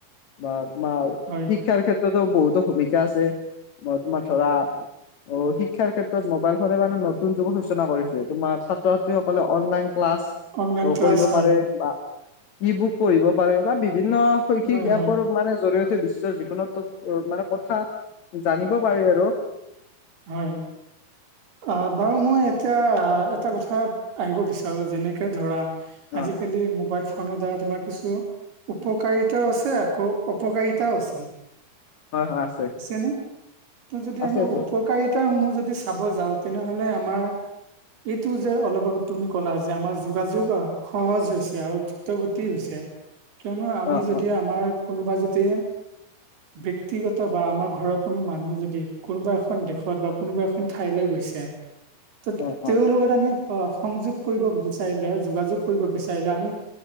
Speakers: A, on the left (about 50°); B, on the right (about 85°).
A: বা তোমাৰ
B: হয়
A: শিক্ষাৰ ক্ষেত্ৰতো বহুতো ভূমিকা আছে, মই তোমাৰ ধৰা অ', শিক্ষাৰ ক্ষেত্ৰত মোবাইল ফোনে মানে নতুন যুগৰ সূচনা কৰিছে। তোমাৰ ছাত্ৰ ছাত্ৰীসকলে অনলাইন ক্লাচ
B: অনলাইন ক্লাছ
A: কৰিব
B: হয়
A: পাৰে বা ই বুক পঢ়িব পাৰে বা বি বিভিন্ন শৈক্ষিক
B: হয়
A: এপৰ
B: হয়
A: মানে জৰিয়তে বিশ্বৰ যিকোনো মানে কথা জানি দিব পাৰি আৰু।
B: হয়। অ', বাৰু মই এতিয়া এটা কথাত আহিব বিচাৰো যেনেকে ধৰা। আজি
A: অ
B: কালি মোবাইল ফোন নৰ দ্বাৰা তোমাৰ কিছু উপকাৰিতাও আছে, আকৌ অপকাৰিতাও আছে।
A: হয় হয় আছে
B: আছেনে? ত' যদি
A: আছে
B: আমি
A: আছে
B: অ কেইটা সমূহ যদি চাব যাওঁ তেনেহ'লে আমাৰ এইটো যে অলপ আগত তুমি ক'লা যে আমাৰ যোগাযোগ সহজ হৈছে আৰু দ্ৰুতগতি হৈছে কিয়নো আমি
A: অ
B: যদি
A: অ
B: আমাৰ কোনোবা যদি ব্যক্তিগত বা আমাৰ ঘৰৰ কোনো মানুহ যদি কোনোবা এখন দেশত বা কোনোবা এখন ঠাইলৈ গৈছে, ত'
A: অ
B: তেওঁৰ
A: অ
B: লগত আমি অ', সংযোগ কৰিব বিচাৰিলে যোগাযোগ কৰিব বিচাৰিলে আমি